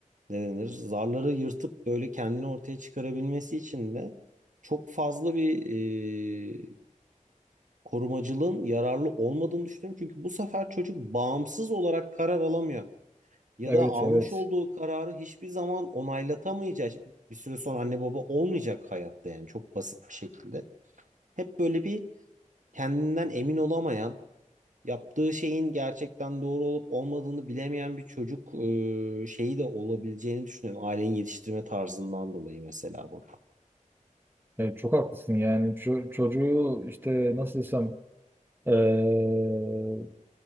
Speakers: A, on the right (about 70°); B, on the right (about 15°).
A: ne denir? Zarları yırtıp böyle kendini ortaya çıkarabilmesi için de çok fazla bir e, korumacılığın yararlı olmadığını düşünüyorum. Çünkü bu sefer çocuk bağımsız olarak karar alamıyor. Ya
B: Evet
A: da almış
B: evet.
A: olduğu kararı hiçbir zaman onaylatameyecek. Bir süre sonra anne baba olmayacak hayatta yani çok basit bir şekilde. Hep böyle bir kendinden emin olamayan, yaptığı şeyin gerçekten doğru olup olmadığını bilemeyen bir çocuk e, şeyi de olabileceğini düşünüyorum. Ailenin yetiştirme tarzından dolayı mesela burada.
B: Evet, çok haklısın yani Ço- çocuğu işte nasıl desem eee,